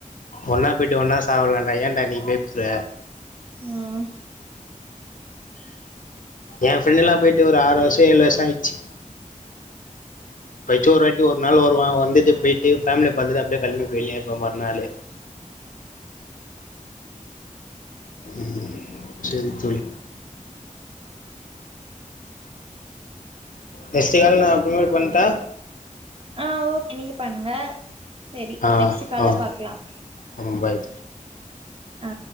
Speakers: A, on the left (about 70°); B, on the right (about 45°).
A: ஒன்னா போயிட்டு ஒன்னா சாவலான்டா ஏன்டா நீ பயப்ற
B: ம்
A: எ ஃப்ரெண்டுலா போயிட்டு ஒரு ஆறு வருஷ ஏழு வருஷ ஆயிடுச்சு எப்பயாச்சு ஒரு வாட்டி ஒரு நாள் வருவா வந்துட்டு போயிட்டு பேமிலிய பாத்துட்டு அப்டியே கெளம்மி போயினே இருப்பா மறுநாளு ம் சரி தோழி நெஸ்ட் கால் நா அப்பறமே பண்ட்டா
B: ஆ ஓகே நீங்க பண்ணுங்க செரி
A: ஆ
B: நெக்ஸ்ட் கால்ல
A: அ
B: பாக்கலாம்
A: ஆமா பாய்
B: அ